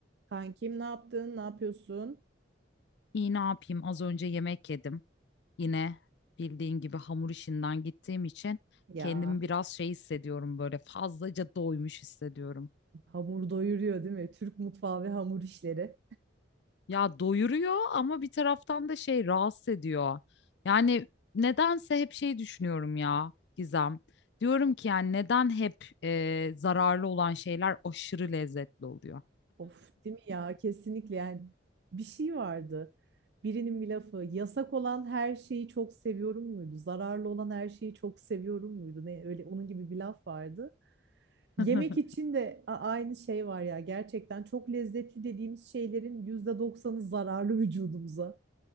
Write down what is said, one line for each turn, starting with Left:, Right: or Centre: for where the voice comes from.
Right: Kankim ne yaptın? Ne yapıyorsun?
Left: İyi ne yapayım? Az önce yemek yedim. Yine bildiğin gibi hamur işinden gittiğim için
Right: Ya
Left: kendimi biraz şey hissediyorum böyle fazlaca doymuş hissediyorum.
Right: hamur doyuruyor değil mi? Türk mutfağı ve hamur işleri.
Left: Ya doyuruyor ama bir taraftan da şey rahatsız ediyor. Yani nedense hep şey düşünüyorum ya Gizem. Diyorum ki yani neden hep e, zararlı olan şeyler aşırı lezzetli oluyor?
Right: Of değil mi ya? Kesinlikle yani bir şey vardı. Birinin bir lafı yasak olan her şeyi çok seviyorum muydu? Zararlı olan her şeyi çok seviyorum muydu? Ne öyle onun gibi bir laf vardı. Yemek
Left: <laughs>
Right: için de a- aynı şey var ya. Gerçekten çok lezzetli dediğimiz şeylerin yüzde doksanı zararlı vücudumuza.